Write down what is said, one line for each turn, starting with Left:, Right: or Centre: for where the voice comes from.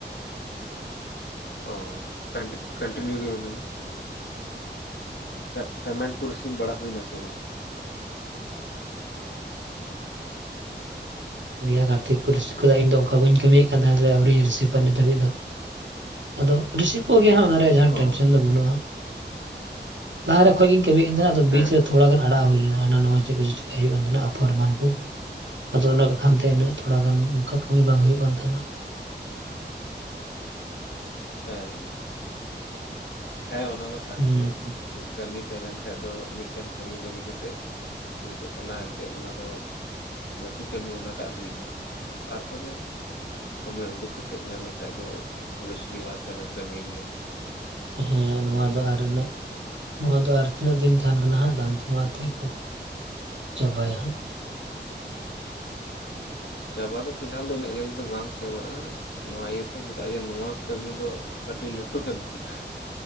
Left: ᱚ ᱠᱟᱱᱴᱤ ᱠᱟᱱᱴᱤᱱᱤᱭᱩ ᱜᱮ ᱢᱮᱱᱟᱢᱟ ᱯᱮ ᱯᱮᱢᱮᱱᱴ ᱠᱚ ᱨᱤᱥᱤᱵᱷ ᱵᱟᱲᱟ ᱦᱩᱭᱱᱟ ᱥᱮ ᱵᱟᱝ
Right: ᱯᱩᱱᱤᱭᱟᱹ ᱜᱟᱛᱮ ᱠᱚ ᱨᱤᱥᱤᱯ ᱟᱠᱟᱫᱟ ᱤᱧ ᱫᱚ ᱚᱱᱠᱟ ᱵᱟᱹᱧ ᱠᱟᱹᱢᱤᱭᱮᱫ ᱠᱟᱱ ᱛᱟᱦᱮᱸ ᱛᱮ ᱟᱹᱣᱨᱤᱧ ᱨᱤᱥᱤᱯᱟ ᱱᱤᱛ ᱫᱷᱟᱹᱵᱤᱡ ᱫᱚ ᱟᱫᱚ ᱨᱤᱥᱤᱯᱚᱜ ᱜᱮ ᱦᱟᱸᱜ ᱚᱱᱟ ᱨᱮ ᱡᱟᱦᱟᱸ
Left: ᱦᱚᱸ
Right: ᱴᱮᱱᱥᱮᱱ ᱫᱚ ᱵᱟᱹᱱᱩᱜᱼᱟ ᱞᱟᱦᱟᱨᱮ ᱠᱷᱚᱡ ᱜᱤᱧ ᱠᱟᱹᱢᱤᱭᱮᱫ ᱠᱟᱱ ᱛᱟᱦᱮᱸᱱᱟ ᱟᱫᱚ
Left: ᱦᱮᱸ
Right: ᱵᱤᱪ ᱨᱮ ᱛᱷᱚᱲᱟᱜᱟᱱ ᱟᱲᱟᱜ ᱦᱩᱭ ᱞᱮᱱᱟ ᱦᱟᱱᱟ ᱱᱚᱣᱟ ᱪᱮᱫ ᱠᱚᱪᱚ ᱪᱤᱠᱟᱹᱭ ᱦᱩᱭᱩᱜ ᱠᱟᱱ ᱛᱟᱦᱮᱱᱟ ᱟᱯᱷᱚᱨ ᱮᱢᱟᱱ ᱠᱚ ᱟᱫᱚ ᱚᱱᱟ ᱠᱷᱟᱱ ᱛᱮᱱᱟᱜ ᱛᱷᱚᱲᱟ ᱜᱟᱱ ᱚᱱᱠᱟ ᱠᱟᱹᱢᱤ ᱵᱟᱝ ᱦᱩᱭᱩᱜ ᱠᱟᱱ ᱛᱟᱦᱮᱱᱟ
Left: ᱦᱮᱸ ᱦᱮᱸ ᱚᱱᱟ ᱢᱟ ᱠᱟᱱ
Right: ᱦᱩᱸ
Left: ᱜᱮ ᱠᱟᱹᱢᱤ ᱛᱟᱦᱮᱸ ᱞᱮᱱ ᱠᱷᱟᱡ ᱫᱚ ᱢᱤᱫᱴᱮᱱ ᱠᱟᱹᱢᱤ ᱵᱟᱹᱜᱤ ᱠᱟᱛᱮᱫ ᱯᱷᱤᱨ ᱚᱱᱟ ᱮᱱᱛᱮᱫ ᱚᱱᱟ ᱫᱚ ᱞᱟᱹᱴᱩ ᱠᱟᱹᱢᱤ ᱚᱱᱟᱴᱟᱜ ᱦᱩᱭᱱᱟ ᱛᱟᱨᱯᱚᱫᱮ ᱥᱚᱢᱚᱭ ᱩᱰᱩᱠ ᱠᱟᱛ ᱛᱮᱫ ᱧᱟᱢᱚᱜ ᱠᱷᱟᱡ ᱫᱚ ᱳᱵᱮᱥᱞᱤ ᱵᱟᱛ ᱠᱟᱱᱟ ᱠᱟᱹᱢᱤ ᱜᱮᱭᱟᱢ
Right: ᱦᱮᱸ
Left: ᱦᱩᱸ
Right: ᱱᱚᱣᱟ ᱫᱚ ᱟᱨ ᱨᱮᱱᱟᱜ ᱱᱚᱣᱟ ᱫᱚ ᱟᱨ ᱛᱤᱱᱟᱹᱜ ᱫᱤᱱ ᱛᱟᱦᱮᱱ ᱠᱟᱱᱟ ᱦᱟᱸᱜ ᱫᱟᱱ ᱢᱟ ᱛᱮ ᱠᱚ ᱪᱟᱵᱟᱭᱟ ᱦᱟᱸᱜ
Left: ᱪᱟᱵᱟ ᱫᱚ ᱯᱷᱤᱞᱦᱟᱞ ᱫᱚ ᱤᱱᱟᱹᱜ ᱡᱟᱹᱞᱫᱤ ᱫᱚ ᱵᱟᱝ ᱪᱟᱵᱟᱜᱼᱟ ᱱᱚᱣᱟ ᱤᱭᱟᱹᱛᱮ ᱪᱮᱫᱟᱜ ᱡᱮ ᱱᱚᱣᱟ ᱠᱟᱹᱢᱤ ᱫᱚ ᱟᱹᱰᱤ ᱞᱟᱹᱴᱩ ᱠᱟᱹᱢᱤ ᱠᱟᱱᱟ